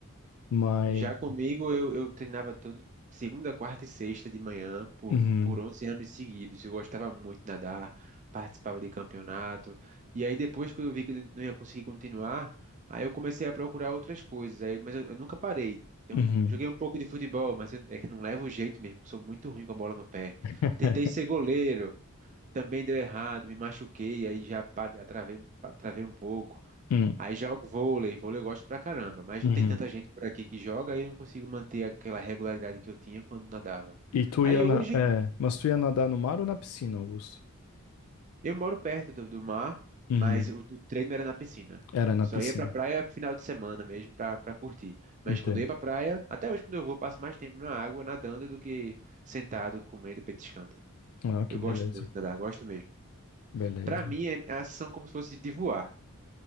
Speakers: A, on the left; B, on the right.
A: Mas
B: Já comigo, eu, eu treinava todo segunda, quarta e sexta de manhã por,
A: Uhum.
B: por 11 anos seguidos. Eu gostava muito de nadar, participava de campeonato. E aí, depois que eu vi que eu não ia conseguir continuar, aí eu comecei a procurar outras coisas. Aí, mas eu, eu nunca parei. Então,
A: Uhum.
B: joguei um pouco de futebol, mas eu- é que eu não levo jeito mesmo. Sou muito ruim com a bola no pé.
A: <laughs>
B: Tentei ser goleiro. também deu errado, me machuquei, aí já pa- travei, pa- travei um pouco.
A: Hum,
B: Aí jogo vôlei, vôlei eu gosto pra caramba, mas
A: uhum.
B: não tem tanta gente por aqui que joga, aí eu não consigo manter aquela regularidade que eu tinha quando nadava.
A: E tu
B: Aí
A: ia
B: hoje
A: na... É, mas tu ia nadar no mar ou na piscina, Augusto?
B: eu moro perto do, do mar,
A: Uhum.
B: mas o, o treino era na piscina.
A: Era na
B: Só
A: piscina.
B: ia pra praia final de semana mesmo pra, pra curtir.
A: Entendo.
B: Mas quando eu ia pra praia, até hoje quando eu vou, eu passo mais tempo na água nadando do que sentado, comendo, petiscando.
A: Ah, que
B: Eu
A: beleza.
B: gosto muito de nadar, gosto mesmo.
A: Beleza.
B: Pra mim é é a sensação como se fosse de voar.